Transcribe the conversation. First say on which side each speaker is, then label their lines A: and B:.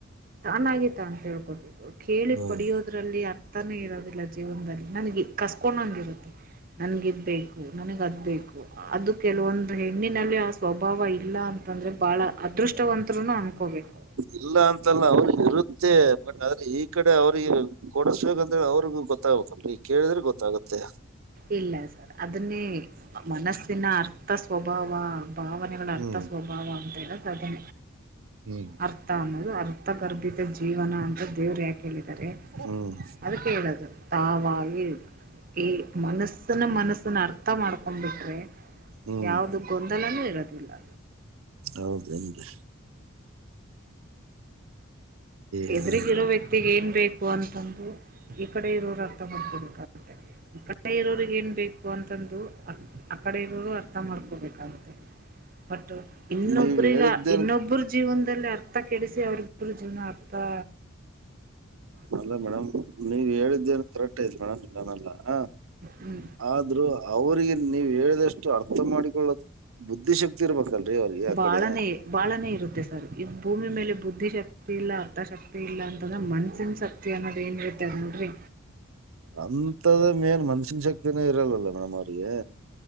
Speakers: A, on the right; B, on the right.
A: ತಾನಾಗಿತ್ತ ತಾ ತೀಳ್ಕೊಬೇಕು ಕೇಳಿ
B: ಹ್ಮ್
A: ಪಡಿಯೋದ ಇದರಲ್ಲಿ ಅರ್ಥನೇ ಇರೋದಿಲ್ಲ ಜೀವನದಲ್ಲಿ ನನಗೆ ಕಸ್ಕೊಂಡಂಗ ಇರತ್ತೆ ನನ್ಗ ಇದ್ ಬೇಕು ನನಗ ಅದ ಬೇಕು ಅದು ಕೆಲವೊಂದು ಹೆಣ್ಣಿನಲ್ಲಿ ಆ ಸ್ವಭಾವ ಇಲ್ಲಾ ಅಂತಂದ್ರೆ ಬಹಳ ಅದೃಷ್ಟವಂತರುನು ಅನ್ಕೋಬೇಕು
B: ಇಲ್ಲಾ ಅಂತಲ್ಲಾ ಅವ್ರ ಇರುತ್ತೆ ಬಟ್ ಆದ್ರೆ ಈ ಕಡೆ ಅವ್ರಿಗೆ ಕೊಡಸ ಬೇಕಂತೇಳಿ ಅವ್ರಿಗು ಗೊತ್ತಾಗಬೇಕಲ್ರಿ ಈ ಕೇಳಿದ್ರೆ ಗೊತ್ತಾಗುತ್ತೆ
A: ಇಲ್ಲ ಸರ್ ಅದನ್ನೇ ಮನಸ್ಸಿನ ಅರ್ಥ ಸ್ವಭಾವ ಭಾವನೆಗಳ ಅರ್ಥ
B: ಹ್ಮ್
A: ಸ್ವಭಾವ ಅಂತ ಹೇಳದು ಅದೇ
B: ಹ್ಮ್
A: ಅರ್ಥ ಅನ್ನೋದು ಅರ್ಥಗರ್ಭಿತ ಜೀವನ ಅಂತ ದೇವ್ರು ಯಾಕೆ ಹೇಳಿದ್ದಾರೆ
B: ಹ್ಮ್
A: ಅದಕೆ ಹೇಳೋದು ತಾವ ಆಗಿ ಈ ಮನಸ್ಸನ ಮನಸ್ಸನ ಅರ್ಥ ಮಾಡ್ಕೊಂಡ್ ಬಿಟ್ರೆ
B: ಹ್ಮ್
A: ಯಾವ್ದ ಗೊಂದಲನು ಇರೋದಿಲ್ಲಾ
B: ಹೌದೇನ್ರಿ ಏನಂದ
A: ಎದ್ರಗಿರೋ ವ್ಯಕ್ತಿ ಗ ಏನ್ ಬೇಕು ಅಂತಂದು ಈ ಕಡೆ ಇರೋರು ಅರ್ಥ ಮಾಡ್ಕೊಬೇಕಾಗುತ್ತೆ ಆ ಕಡೆ ಇರೋಗಿ ಏನ್ ಬೇಕು ಅಂತಂದು ಆ ಕಡೆ ಇರೋರು ಅರ್ಥ ಮಾಡ್ಕೋಬೇಕಾಗುತ್ತೆ ಬಟ್ ಇನ್ನೊಬ್ಬ್ರಗ
B: ನೀವ್ ಹೇಳಿದ್ದೇನ್
A: ಇನ್ನೊಬ್ಬರ <unintelligible> ಜೀವನದಲ್ಲಿ ಅರ್ಥ ಕೆಡಿಸಿ ಅವ್ರ ಇಬ್ಬರು ಜೀವನ ಅರ್ಥಾ
B: ಅಲ್ಲ ಮೇಡಮ್ ನೀವ ಹೇಳಿದ್ದೇ ಕರೆಕ್ಟ್ ಆಯ್ತ್ ಮೇಡಮ್ ಇಲ್ಲಾನಲ್ಲ ಹ
A: ಹುಂ
B: ಆದ್ರೂ ಅವರಿಗೆ ನೀವು ಹೇಳಿದಷ್ಟು ಅರ್ಥ ಮಾಡಿಕೊಳ್ಳ ಬುದ್ಧಿಶಕ್ತಿ ಶಕ್ತಿ ಇರಬೇಕಲ್ರಿ ಅವ್ರಿಗೆ ಆ
A: ಬಾಳನೇ
B: ಕಡೆ
A: ಬಾಳನೇ ಇರುತ್ತೆ ಸರ್ ಇದ್ ಭೂಮಿ ಮೇಲೆ ಬುದ್ಧಿ ಶಕ್ತಿ ಇಲ್ಲ ಅರ್ಥಶಕ್ತಿ. ತಿ ಇಲ್ಲ ಅಂತಂದ್ರೆ ಮನ್ಸನ ಶಕ್ತಿ ಅನ್ನೋದ ಏನಿರುತ್ತೆ ಅದ ನೋಡ್ರಿ.
B: ಅಂತದ ಏನ್ ಮನಶ್ಯನ್ ಶಕ್ತಿನೇ ಇರಲ್ವಲ್ಲ ಮೇಡಮ್ ಅವ್ರಿಗೆ.